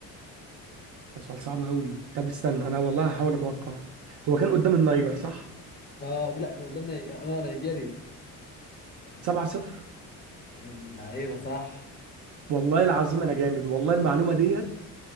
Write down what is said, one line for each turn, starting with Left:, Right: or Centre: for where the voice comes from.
Right: سؤال صعب أوي طب استنى أنا والله هحاول أتوقع هو كان قدام النيجر صح؟
Left: اه لا كان قدامنا انا نيجيريا
Right: 7-0
Left: يا ابن اللعيبه صح
Right: والله العظيم أنا جامد والله المعلومة ديت